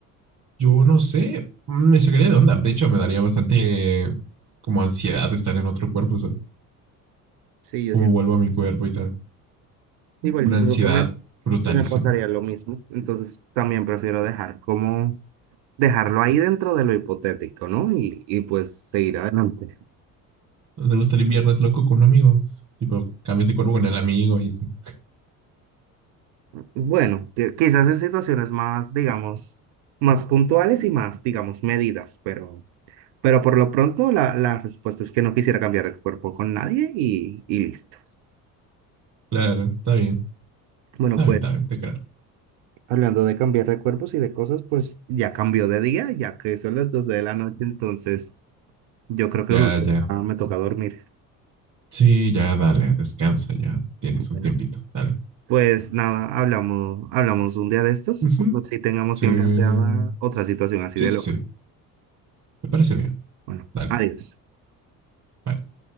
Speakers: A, on the right; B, on the right.
A: Yo no sé. mm, Me sacaría de onda. De hecho, me daría bastante eh, como ansiedad de estar en otro cuerpo, ¿sabes?
B: Sí, yo
A: Cómo
B: siento.
A: vuelvo a mi cuerpo y tal.
B: Sí, igual
A: Una
B: yo creo
A: ansiedad
B: que me,
A: brutalísima.
B: que me pasaría lo mismo. Entonces también prefiero dejar como dejarlo ahí dentro de lo hipotético, ¿no? Y, y pues seguir adelante.
A: ¿No te gustaría viernes loco con un amigo? Tipo, cambias de cuerpo con el amigo y sí.
B: Bueno, que- quizás en situaciones más, digamos, más puntuales y más, digamos, medidas, pero, pero por lo pronto la, la respuesta es que no quisiera cambiar de cuerpo con nadie y, y listo.
A: Claro, está bien.
B: Bueno,
A: Está
B: pues
A: bien, está bien, te creo.
B: hablando de cambiar de cuerpos y de cosas, pues ya cambió de día, ya que son las 12 de la noche, entonces yo creo que
A: Ya,
B: justo
A: ya.
B: ya me toca dormir.
A: Sí, ya dale, descansa, ya tienes
B: Bueno.
A: un tiempito, dale.
B: Pues nada, hablamos, hablamos un día de estos,
A: Ujú,
B: cuando sí tengamos
A: Sí,
B: bien planteada otra situación así
A: sí,
B: de
A: sí,
B: loca.
A: sí, me parece bien,
B: Bueno,
A: dale,
B: adiós.
A: bye.